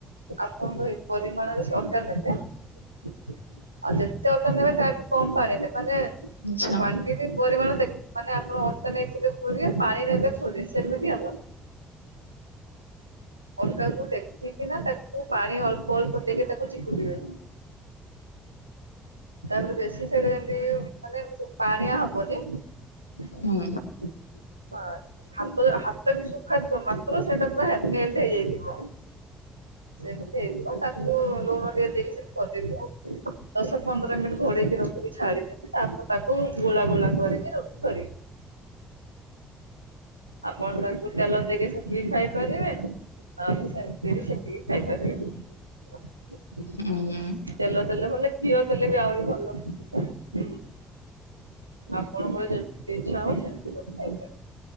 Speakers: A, on the right; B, on the left.
A: ଆପଣଙ୍କ ଏ ପରିମାଣରେ ସେ ଅଟା ନବେ ଆଉ ଯେ ଯେତେ ଅଟା ନେବେ ତାଠୁ କମ ପାଣି ନେବେ ମାନେ
B: ଆଚ୍ଛା।
A: କ୍ଵଟି ପରିମାଣ ଦେଖ ମାନେ ଆପଣ ଅଟା ନେଇଥିଲେ ପାଣି ନେଲେ ଥେ ସେମିତି ଆମର। ଅଟାକୁ ଦେଖିକି ନା ତାକୁ ପାଣି ଅଳ୍ପ ଅଳ୍ପ ଦେଇକି ତାକୁ ଚକୁଟିବେ। ତାରେ ବେଶୀ ସେଇରି ଏମତି, ମାନେ ଏମିତି ପାଣିଆ ହବନି <unintelligible>
B: ହୁଁ
A: ହଁ, ହାତ ହା ହାତବି ସଫା ଥିବ, ମାତ୍ର ସେଇଟା ପୁରା ମେଲ୍ଟ ହେଇ ଯାଇଥିବ, ସେମିତି ହେଇଥିବ, ତାକ୍ ତାକୁ ଲୁଣ ଟିକେ ଦେଇକି ସେମିତି କରି ଦେଇଥିବା, ଦଶ ପନ୍ଦର ମିନିଟ୍ ଘୋଡେଇକି ରଖିକି ଛାଡିଦି ତାପରେ ତାକୁ ଗୋଳା ଗୋଳା କରିକି ରୋଟି କରିବି। ଆପଣ ତାକୁ ତେଲ ଦେଇକି ସେକିକି ଖାଇପାରିବେ। ଆଉ ସେମିତି ବି ସେକିକି ଖାଇ ପାରିବେ।
B: ହୁଁ
A: ତେଲ ଦେଲେ ଭଲ, ଘିଅ ଦେଲେ ବି ଆହୁରି ଭଲ। ଆପଣଙ୍କର ଯେମିତି ଇଛା ହେବ ସେମିତି କରି ଖାଇପାରିବେ।